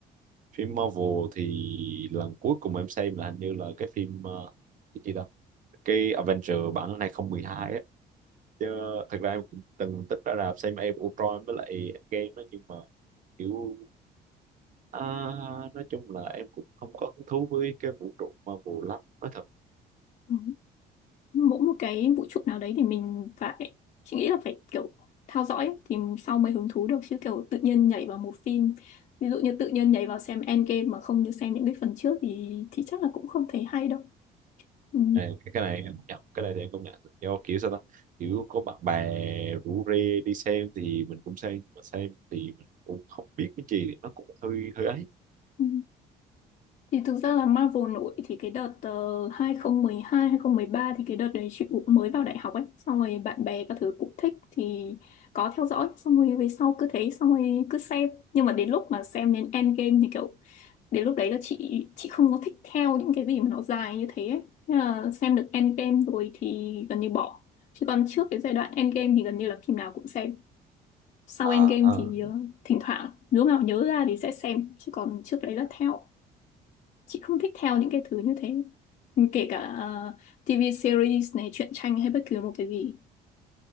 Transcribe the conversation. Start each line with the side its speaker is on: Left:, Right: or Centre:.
Right: phim Marvel thì lần cuối cùng em xem là hình như là cái phim ờ, cái gì đó cái Avenger bản 2012 á chứ thật ra em cũng từng tích ra rạp xem em Ultron với lại Endgame đó nhưng mà kiểu à, nói chung là em cũng không có hứng thú với cái vũ trụ Marvel lắm nói thật
Left: Ừ. mỗi một cái vũ trụ nào đấy thì mình phải chị nghĩ là phải kiểu theo dõi ấy, thì sau mới hứng thú được chứ kiểu tự nhiên nhảy vào một phim ví dụ như tự nhiên nhảy vào xem Endgame mà không như xem những cái phần trước thì thì chắc là cũng không thấy hay đâu ừ.
Right: Này, cái cái này em công nhận cái này thì em công nhận do kiểu sao ta kiểu có bạn bè rủ rê đi xem thì mình cũng xem mà xem thì mình cũng không biết cái gì thì nó cũng hơi hơi ấy
Left: Ừ. Thì thực ra là Marvel nổi thì cái đợt uh, 2012 ba thì cái đợt đấy chị cũng mới vào đại học ấy xong rồi bạn bè các thứ cũng thích thì có theo dõi xong rồi về sau cứ thế xong rồi cứ xem nhưng mà đến lúc mà xem đến Endgame thì kiểu đến lúc đấy là chị chị không có thích theo những cái gì mà nó dài như thế ấy. Nên là xem được Endgame rồi thì gần như bỏ chứ còn trước cái giai đoạn Endgame thì gần như là phim nào cũng xem sau
Right: à,
Left: Endgame
Right: à.
Left: thì ờ, thỉnh thoảng lúc nào nhớ ra thì sẽ xem chứ còn trước đấy là theo chị không thích theo những cái thứ như thế kể cả ờ, TV series này truyện tranh hay bất cứ một cái gì